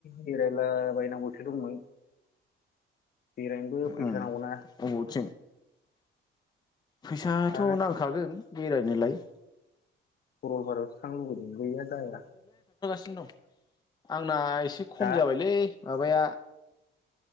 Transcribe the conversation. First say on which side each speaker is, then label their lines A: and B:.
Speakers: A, on the left; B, on the left.
A: बेराय ला बायनांगौसो दंमोन। बेरायनोबो फैसा
B: उम
A: नांगौना।
B: अबावथिं फैसाथ'
A: दा
B: नांखागोन बेरायनोलाय।
A: सरलपारायावसो थांनो लुगै दों गैया जाया।
B: सिनो दं आंना आइ से खम
A: हा
B: जाबायलै माबाया